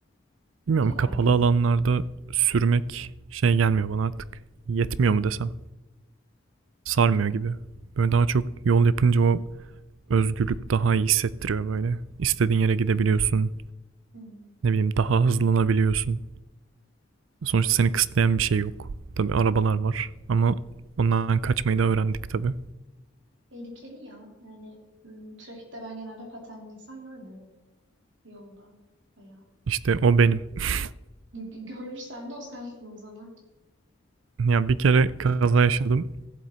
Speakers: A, on the right (about 80°); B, on the right (about 70°).
A: Bilmiyorum
B: O kadar
A: kapalı
B: yani.
A: alanlarda sürmek şey gelmiyor bana artık. Yetmiyor mu desem. Sarmıyor gibi. Böyle daha çok yol yapınca o özgürlük daha iyi hissettiriyor böyle. İstediğin yere gidebiliyorsun.
B: Hı.
A: Ne bileyim daha hızlanabiliyorsun. Sonuçta seni kısıtlayan bir şey yok. Tabii arabalar var ama ondan kaçmayı da öğrendik tabii.
B: Tehlikeli ya. Yani m, trafikte ben genelde patenli insan görmüyorum yolda veya
A: İşte o benim. <laughs>
B: <laughs> görürsem de o sensin o zaman.
A: Ya bir kere kaza yaşadım.